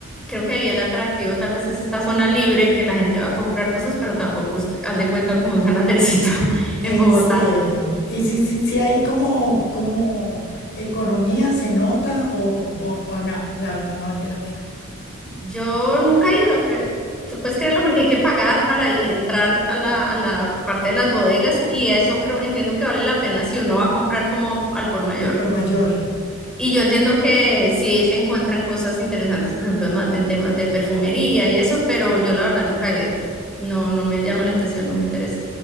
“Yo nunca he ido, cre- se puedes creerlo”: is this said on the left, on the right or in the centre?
Centre